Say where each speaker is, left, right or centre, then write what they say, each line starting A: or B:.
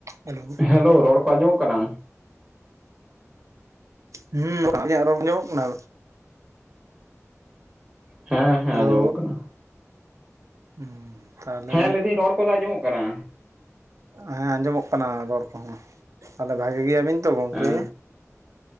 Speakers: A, on the right; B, on the right.
A: Hello
B: hello ᱨᱚᱲ ᱠᱚ ᱟᱸᱡᱚᱢᱚᱜ ᱠᱟᱱᱟ?
A: ᱦᱩᱸ ᱟᱞᱤᱧ-ᱟᱜ ᱨᱚᱝ ᱟᱡᱚᱢ-ᱚᱜ ᱠᱟᱱᱟ
B: ᱦᱮᱸ ᱦᱮᱸ
A: ᱦᱮᱞᱳ
B: ᱟᱸᱡᱚᱢ-ᱚᱜ ᱠᱟᱱᱟ
A: ᱦᱩᱸ ᱛᱟᱦᱚᱞᱮ
B: ᱦᱮᱸ ᱞᱟᱹᱭ ᱫᱤᱹᱧ ᱨᱚᱲ ᱠᱚ ᱫᱚ ᱟᱸᱡᱚᱢ-ᱚᱜ ᱠᱟᱱᱟᱹ
A: ᱦᱮᱸ ᱟᱸᱡᱚᱢ-ᱚᱜ ᱠᱟᱱᱟ ᱨᱚᱲ ᱠᱚ ᱦᱚᱸ ᱛᱟᱦᱞᱮ ᱵᱷᱟᱹᱜᱤ ᱜᱮᱭᱟ ᱵᱤᱱ ᱛᱚ ᱜᱚᱝᱠᱮ
B: ᱦᱮᱸ